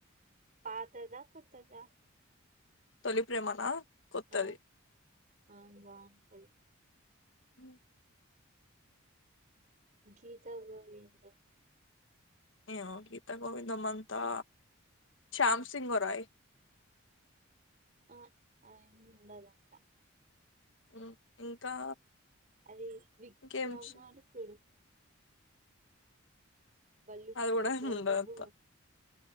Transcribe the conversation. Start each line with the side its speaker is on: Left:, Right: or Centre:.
Right: పాతదా కొత్తదా
Left: తొలి ప్రేమనా కొత్తది.
Right: ఆ ఆ బావుంటది.
Left: హ్
Right: గీతా గోవిందం
Left: ఏమో గత గోవిందం అంతా శ్యామ్ సింగా రాయ్
Right: అ ఏం ఉండదండ్ల
Left: ఉ ఇంకా
Right: అదీ విక్రమార్కుడు
Left: గేమ్స్
Right: బలుపు
Left: అది కూడా ఏం
Right: ధరుబు
Left: ఉండదు అంత